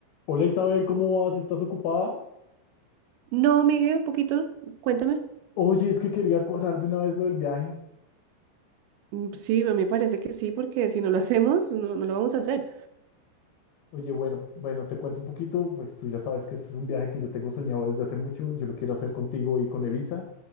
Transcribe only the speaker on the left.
Hola Isabel, ¿cómo vas? ¿Estás ocupada?
Oye, es que quería cuadrar de una vez lo del viaje.
Oye, bueno, bueno, te cuento un poquito, pues tú ya sabes que este es un viaje que yo tengo soñado desde hace mucho, yo lo quiero hacer contigo y con Elisa.